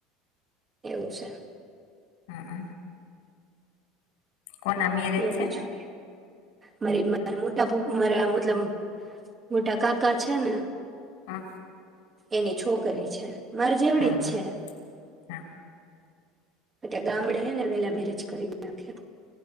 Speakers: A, on the right (about 25°); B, on the left (about 80°).
A: એવું છે.
B: હમ્મ હમ્મ. કો ના મેરેજ
A: એવું
B: છે?
A: બીજું મારી મા મોટાપ મારા મતલબ મોટા કાકા છે ને
B: હા.
A: એની છોકરી છે. માર જેવડી
B: હમ
A: જ છે
B: હા.
A: એ કે ગામડે હે ને વેલા મેરેજ કરીને નાખી.